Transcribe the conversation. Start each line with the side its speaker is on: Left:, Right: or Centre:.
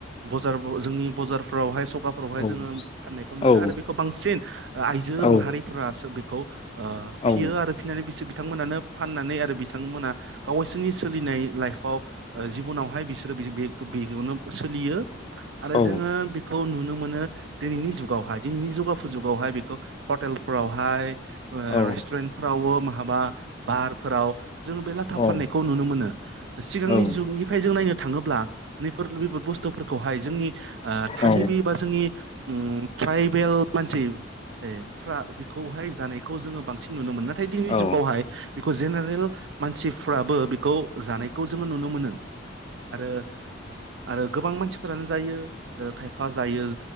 Right: बजार जोंनि बजारफ्रावहाय फोरावहाय
Left: औ
Right: जोङो फाननायखौ नुयो
Left: औ
Right: आरो बेखौ बांसिन आइजो
Left: औ
Right: माहारिफोरा बेखौ फियो
Left: औ
Right: आरो फिनानै बेस बिथांमोनानो फाननानै आरो बिथांमोना गावसोरनि सोलिनाय लाइफआव जिबनावहाय बिसोरो बेयावनो सोलियो। आरो
Left: औ
Right: जोङो बेखौ नुनो मोनो। मोनो दिनैनि जुगावहाय दिनैनि जौगाफु जुगावहाय बेखौ हटेलफोराव हाय
Left: औ
Right: रेस्टुरेन्टफोरावबो हाबा बाहारफोराव जों बे लाथा
Left: औ
Right: फाननायखौ नुनो मोनो सिगांनि
Left: औ
Right: जुगनिफ्राय जों नायनो थाङोब्ला नैफोर बुसथु थुफोरखौहाय जोंनि ओ थागिबि
Left: औ
Right: बा जोंनि उम ट्राइबेल मानसि। <unintelligible> हाय जानायखौ जोङो बांसिन नुनो मोनो। नाथाय दिनैनि
Left: औ
Right: जुगावहाय खौ जेनेरेल मानसि फ्राबो बेखौ जानायखौ। जोङो नुनो मोनो। आरो आरो गोबां मानसिफोरानो जायो खायफा जायो